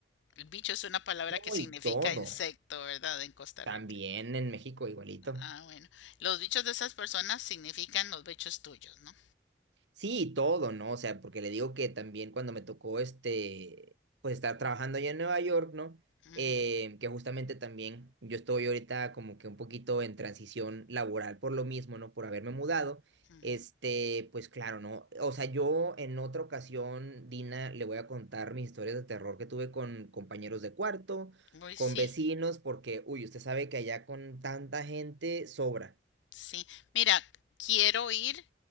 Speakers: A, on the left; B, on the right.
A: El bicho es una palabra
B: No,
A: que significa
B: y todo.
A: insecto, ¿verdad? En Costa
B: También
A: Rica.
B: en México igualito.
A: Ah, bueno. Los bichos de esas personas significan los bichos tuyos, ¿no?
B: Sí, y todo, ¿no? O sea, porque le digo que también cuando me tocó este, pues estar trabajando allá en Nueva York, ¿no?
A: Ujú,
B: Eh, que justamente también yo estoy ahorita como que un poquito en transición laboral por lo mismo, ¿no? Por haberme mudado.
A: ujú.
B: Este, pues claro, ¿no? O sea, yo en otra ocasión, Dina, le voy a contar mis historias de terror que tuve con compañeros de cuarto,
A: Uy,
B: con
A: sí,
B: vecinos, porque, uy, usted sabe que allá con tanta gente sobra.
A: sí. Mira, quiero ir,